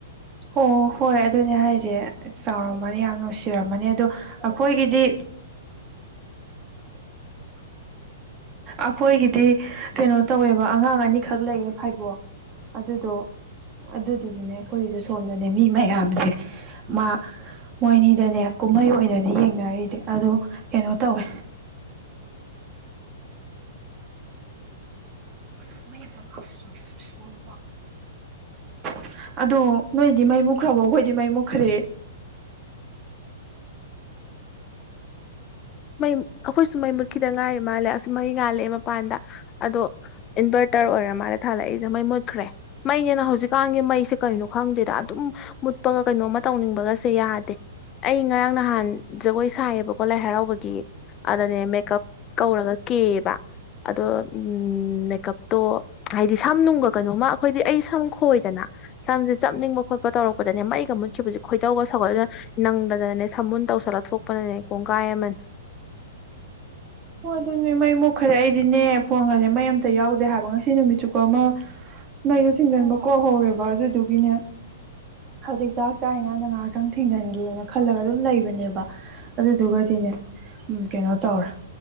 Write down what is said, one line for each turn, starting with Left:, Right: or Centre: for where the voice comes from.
Right: ꯑꯣ ꯍꯣꯏ ꯑꯗꯨꯅꯦ ꯍꯥꯏꯁꯦ ꯆꯥꯎꯔꯝꯃꯅꯤ ꯌꯥꯝ ꯅꯨꯡꯁꯤꯔꯝꯃꯅꯤ ꯑꯗꯣ ꯑꯩꯈꯣꯏꯒꯤꯗꯤ <unintelligible> ꯑꯈꯣꯏꯒꯤꯗꯤ ꯀꯩꯅꯣ ꯇꯧꯋꯦꯕ ꯑꯉꯥꯡ ꯑꯅꯤꯈꯛ ꯂꯩꯌꯦ ꯐꯥꯏꯕꯣꯛ ꯑꯗꯨꯗꯣ ꯑꯗꯨꯗꯨꯁꯨꯅꯦ ꯑꯩꯈꯣꯏꯁꯨ ꯁꯣꯝꯗꯅꯦ ꯃꯤ ꯃꯌꯥꯝꯁꯦ ꯃꯥ ꯃꯣꯏꯅꯤꯗꯅꯦ ꯀꯨꯝꯍꯩ ꯑꯣꯏꯅꯅꯦ ꯌꯦꯡꯅꯔꯤꯁꯦ ꯑꯗꯨ ꯀꯩꯅꯣ ꯇꯧꯋꯦ <inaudible> <unintelligible> ꯑꯗꯣ ꯅꯣꯏꯗꯤ ꯃꯩ ꯃꯨꯈ꯭ꯔꯕꯣ ꯑꯩꯈꯣꯏꯗꯤ ꯃꯩ ꯃꯨꯈ꯭ꯔꯦ
Left: ꯃꯩ ꯑꯩꯈꯣꯏꯁꯨ ꯃꯩ ꯃꯨꯠꯈꯤꯗ ꯉꯥꯏꯔꯤ ꯃꯥꯜꯂꯦ ꯑꯁ ꯃꯍꯩ ꯉꯥꯜꯂꯛꯑꯦ ꯃꯄꯥꯟꯗ ꯑꯗꯣ ꯏꯟꯚꯔ ꯇꯔ ꯑꯣꯏꯔ ꯃꯥꯂꯦ ꯊꯥꯜꯂꯛꯏꯁꯦ ꯃꯩ ꯃꯨꯠꯈ꯭ꯔꯦ ꯃꯩꯅꯤꯅ ꯍꯧꯖꯤꯛꯀꯥꯟꯒꯤ ꯃꯩꯁ ꯁꯤ ꯀꯩꯅꯣ ꯈꯪꯗꯦꯗ ꯑꯗꯨꯝ ꯃꯨꯠꯄꯒ ꯀꯩꯅꯣꯝꯃ ꯇꯧꯅꯤꯡꯕꯒꯁꯦ ꯌꯥꯗꯦ ꯑꯩ ꯉꯔꯥꯡ ꯅꯍꯥꯟ ꯖꯒꯣꯏ ꯁꯥꯏꯌꯦꯕꯀꯣ ꯂꯥꯏ ꯍꯔꯥꯎꯕꯒꯤ ꯑꯗꯅꯦ ꯃꯦꯀꯞ ꯀꯧꯔꯒ ꯀꯦꯌꯦꯕ ꯑꯗꯣ ꯃꯦꯀꯞꯇꯣ ꯍꯥꯏꯗꯤ ꯁꯝ ꯅꯨꯡꯒ ꯀꯩꯅꯣꯃ ꯑꯈꯣꯏꯗꯤ ꯑꯩ ꯁꯝ ꯈꯣꯏꯗꯅ ꯁꯝꯁꯦ ꯆꯞꯅꯤꯡꯕ ꯈꯣꯠꯄ ꯇꯧꯔꯛꯄꯗꯅꯦ ꯃꯩꯒ ꯃꯨꯠ ꯈꯤꯕꯁꯦ ꯈꯣꯏꯗꯩꯒ ꯁꯧꯒꯠꯂ ꯅꯪꯗꯅꯅꯦ ꯁꯝꯕꯨꯟ ꯇꯧꯁꯜꯂ ꯊꯣꯛꯄꯅꯅꯦ ꯀꯣꯡꯒꯥꯏ ꯑꯃꯅꯦ
Right: ꯎꯝ ꯍꯣꯢ ꯑꯗꯨꯅꯦ ꯃꯩ ꯃꯨꯛꯈ꯭ꯔꯦ ꯑꯩꯗꯤꯅꯦ ꯐꯣꯡꯉꯁꯦ ꯃꯩ ꯑꯝꯇ ꯌꯥꯎꯗꯦ ꯍꯥꯏꯕ ꯉꯁꯤ ꯅꯨꯃꯤꯠ ꯆꯨꯞꯄ ꯑꯃ ꯃꯩꯗꯣ ꯊꯤꯡꯖꯤꯟꯕ ꯀꯣ ꯍꯧꯔꯦꯕ ꯑꯗꯨꯗꯨꯒꯤꯅꯦ ꯍꯧꯖꯤꯛ ꯆꯥꯛ ꯆꯥꯔꯤꯉꯥꯟꯗ ꯉꯥꯏꯍꯥꯛꯇꯪ ꯊꯤꯡꯖꯤꯟꯒꯦꯅ ꯈꯜꯂꯒ ꯑꯗꯨꯝ ꯂꯩꯕꯅꯦꯕ ꯑꯗꯨꯗꯨꯒꯗꯤꯅꯦ ꯎꯝ ꯀꯩꯅꯣ ꯇꯧꯔꯦ